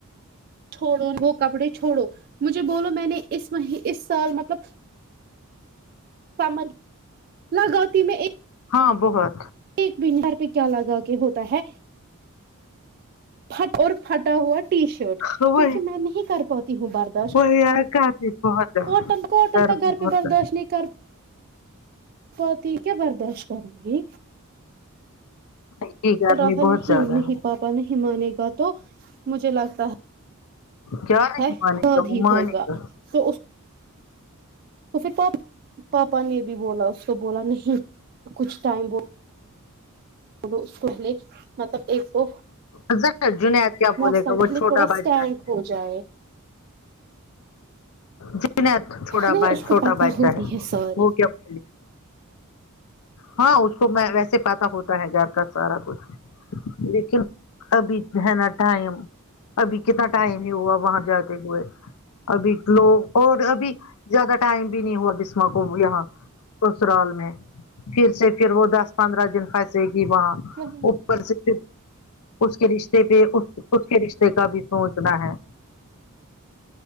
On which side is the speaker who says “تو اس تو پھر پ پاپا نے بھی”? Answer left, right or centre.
Right